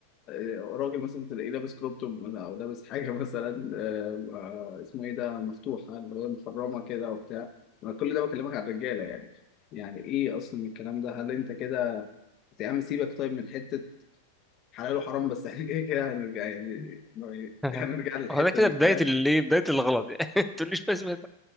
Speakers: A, on the left; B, in the centre.
A: آه، راجل مثلا تلاقيه لابس كروب توب مثلا او لابس حاجه <laughs> مثلا آه، آه، اسمه ايه ده مفتوحه اللي هي مخرمه كده وبتاع انا كل ده بكلمك على الرجاله يعني يعني ايه اصلا الكلام ده هل انت كده يا عم سيبك طيب من حته حلال وحرام بس احنا كده كده هنرجع يعني
B: <laughs>
A: هنرجع للحته
B: وده كده
A: دي
B: بداية
A: فاهم
B: الايه بداية الغلط يعني <laughs> ما تقوليش بس بس